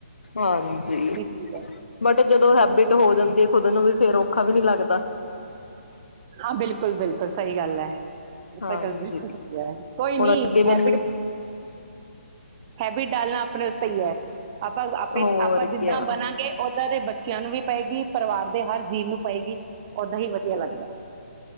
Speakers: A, on the left; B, on the right.
A: ਹਾਂਜੀ
B: ਕੀ ਚੀਜ਼ ਹੈ
A: ਬਟ ਜਦੋਂ ਹੈਬਿਟ ਹੋ ਜਾਂਦੀ ਹੈ ਖੁਦ ਨੂੰ ਵੀ ਫੇਰ ਔਖਾ ਵੀ ਨਹੀਂੀ ਲੱਗਦਾ
B: ਹਾਂ ਬਿਲਕੁਲ ਬਿਲਕੁਲ ਸਹੀ ਗੱਲ ਹੈ <unintelligible>
A: ਹਾਂਜੀ
B: ਕੋਈ
A: ਹੁਣ
B: ਨੀ
A: ਅੱਗੇ ਮੈਨੂੰ
B: ਹੈਬੀਟ ਹੈਬਿਟ ਡਾਲਣਾ ਆਪ ਆਪਣੇ ਉੱਤੇ ਹੀ ਹੈ ਆਪਾਂ ਆਪੇ
A: ਹੋਰ
B: ਆਪਾਂ
A: ਕਿਆ
B: ਜਿੱਦਾਂ ਬਣਾਂਗੇ <unintelligible> ਬੱਚਿਆਂ ਨੂੰ ਵੀ ਪਏਗੀ ਪਰਿਵਾਰ ਦੇ ਹਰ ਜੀ ਨੂੰ ਪਏਗੀ ਓਦਾਂ ਹੀ ਵਧੀਆ ਲੱਗਦਾ